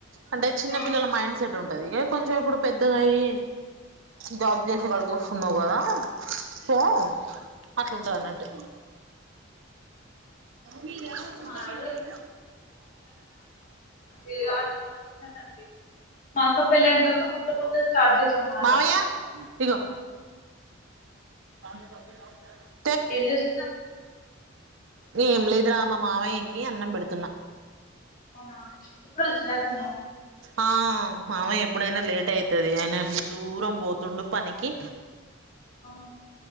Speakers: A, on the right; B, on the left.
A: అంటే
B: ఉంటాను
A: చిన్న పిల్లల మైండ్ సెట్ ఉంటది ఏ కొంచెం ఇప్పుడు పెద్దగాయి జాబ్ చేసే కాడకి వస్తున్నావు కదా సో అట్లా ఉంటది అన్నట్టు ద కు
B: మారు
A: పెట్ట
B: ఇలాన్ <unintelligible> మా అక్క పెళ్ళయిన తర్వాత పొద్దు పొద్దు స్టార్ట్ చేసా మాట
A: మామయ్య ఇగో <unintelligible>
B: ఏం చేస్తున్నా
A: ఏం లేదు రా మా మావయ్యకి అన్నం పెడుతున్నా
B: అవునా ఇప్పుడు వచ్చేదాకము
A: ఆ మామయ్య ఎప్పుడైనా లేట్ అయితుది ఆయన దూరం పోతుండు పనికి
B: అవునా